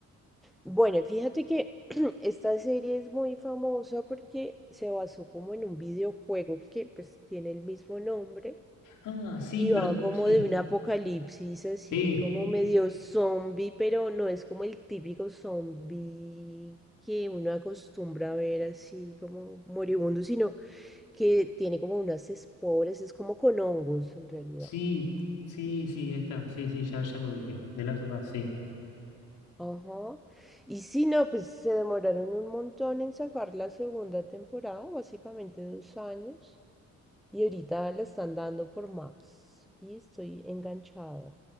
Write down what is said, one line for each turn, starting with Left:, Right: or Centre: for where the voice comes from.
Centre: Bueno, fíjate que <clears throat> esta serie es muy famosa porque se basó como en un videojuego que pues tiene el mismo nombre
Left: Ah, sí,
Centre: y
Left: perdón,
Centre: va como
Left: sí.
Centre: de un apocalipsis así
Left: Sí,
Centre: como medio zombie, pero no es como el típico zombie que uno acostumbra a ver así como moribundo, sino que tiene como unas esporas, es como con hongos en realidad.
Left: sí, sí, sí, ahí está. Sí, sí, ya, ya me ubiqué. De Last of Us, sí.
Centre: Ajá. Y si no, pues se demoraron un montón en sacar la segunda temporada, básicamente dos años. Y ahorita la están dando por Max. Y estoy enganchada.